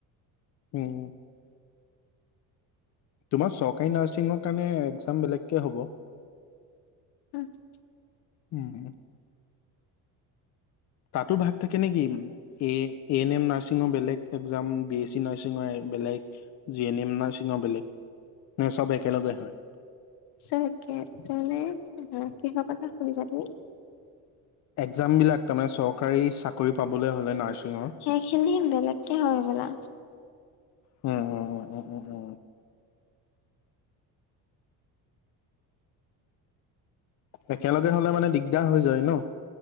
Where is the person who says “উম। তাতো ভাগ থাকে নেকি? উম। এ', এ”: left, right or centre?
Left